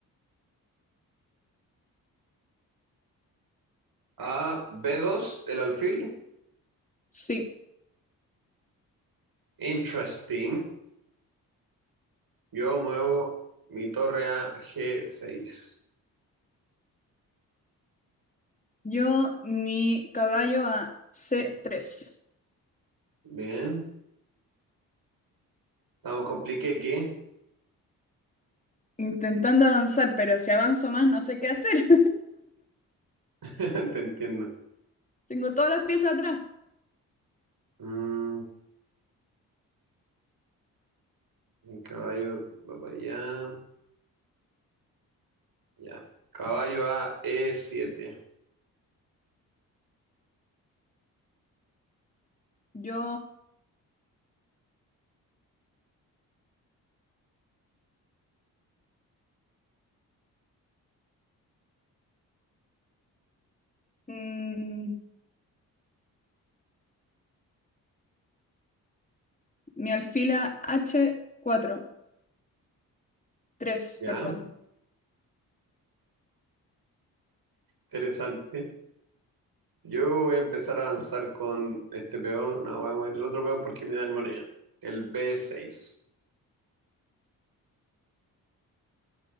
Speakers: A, on the right; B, on the left.
A: A B2, el alfil.
B: Sí.
A: Interesting. Yo muevo mi torre a G6.
B: Yo, mi caballo a c tres
A: Bien. Estamos compliqué, que
B: Intentando avanzar, pero si avanzo más no sé qué hacer.
A: <laughs> Te entiendo.
B: <laughs> Tengo todas las piezas atrás.
A: Mm, el caballo va para allá. Ya. Caballo a E7.
B: Yo, mm, mi alfila h cuatro tres
A: Ya,
B: perdón.
A: interesante. Yo voy a empezar a avanzar con este peón. No, vamos a ver el otro peón porque me dan moneda. El b seis.